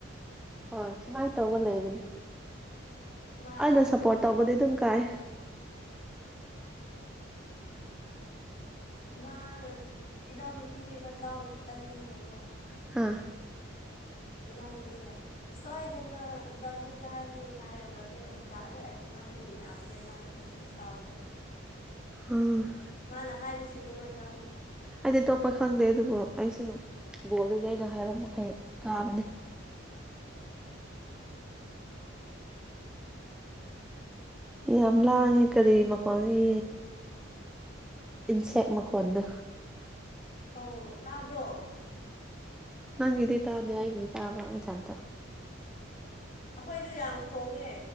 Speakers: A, in the centre; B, on the left.
A: ꯍꯣꯢ ꯁꯨꯃꯥꯏ ꯇꯧꯕ ꯂꯩꯕꯅꯦ
B: ꯃꯥ
A: ꯑꯩꯅ ꯁꯞꯄꯣꯔꯠ ꯇꯧꯕꯗꯤ ꯑꯗꯨꯝ ꯀꯥꯏ
B: ꯃꯥꯅ ꯏꯅꯥꯎ ꯅꯨꯄꯤꯗꯤ ꯃꯗꯥꯎ ꯀꯟꯕꯅꯤꯅꯀꯣ
A: ꯍꯥꯥ
B: ꯏꯅꯥꯎꯅꯨꯄꯤꯅ ꯁꯣꯏꯗꯅ ꯕ꯭ꯔꯥꯖꯤꯜ ꯀꯥꯔꯅꯤ ꯍꯥꯏꯔꯒ ꯕ꯭ꯔꯥꯖꯤꯜ ꯑꯗꯨ ꯀꯥꯔꯦ ꯃꯥꯗꯤ ꯌꯥꯕꯅꯦ ꯃꯥꯒꯤ ꯃ ꯗꯥꯎꯗꯣ
A: ꯎꯝ
B: ꯃꯥꯅ ꯍꯥꯏꯕꯁꯤꯡꯗꯣ ꯂꯣꯏꯟ ꯀꯥꯕꯅꯤ
A: ꯑꯩꯗꯤ ꯑꯇꯣꯞꯄ ꯈꯪꯗꯦ ꯑꯗꯨꯕꯨ ꯑꯩꯁꯨ ꯕꯣꯜꯗꯗꯤ ꯑꯩꯅ ꯍꯥꯏꯕ ꯃꯈꯩ ꯀꯥꯕꯅꯤ ꯌꯥꯝ ꯂꯥꯡꯉꯦ ꯀꯔꯤ ꯃꯈꯣꯟꯒꯤ ꯏꯟꯁꯦꯛ ꯃꯈꯣꯟꯗꯣ
B: ꯑꯣ ꯇꯥꯕ꯭ꯔꯣ
A: ꯅꯪꯒꯤꯗꯤ ꯇꯥꯗꯦ ꯑꯩꯒꯤꯗꯤ ꯇꯥꯕ ꯏꯊꯟꯇ꯫
B: ꯑꯈꯣꯏꯖꯨ ꯌꯥꯝ ꯈꯣꯡꯉꯦ